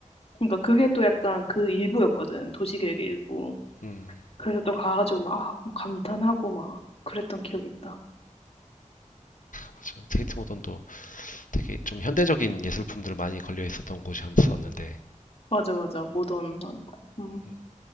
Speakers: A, on the left (about 50°); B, on the left (about 85°).
A: 그러니까 그게 또 약간 그 일부였거든 도시계획의 일부.
B: 음,
A: 그래서 또 가가지고 막 아, 뭐 감탄하고 막 그랬던 기억이 있다.
B: 맞아. 테이트 모던도 되게 좀 현대적인 예술품들 많이 걸려 있었던 곳이었었는데,
A: 맞아 맞아 모던한 거. 음.
B: 음,